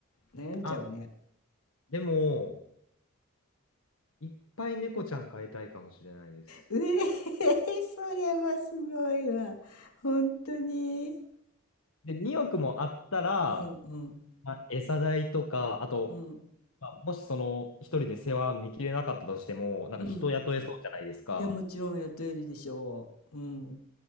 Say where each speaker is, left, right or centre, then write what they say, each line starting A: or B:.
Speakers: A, on the left; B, on the left.
A: う。悩んじゃうね。
B: あ、でも、いっぱい猫ちゃん飼いたいかもしれないです。
A: うえー、それはすごいわ。本当に。
B: で、2億もあったら、
A: うんうん
B: まあ餌代とか、あと、
A: うん
B: まあもしその一人で世話見切れなかったとしても、なんか人雇えそうじゃないですか。
A: うんいやもちろん雇えるでしょううん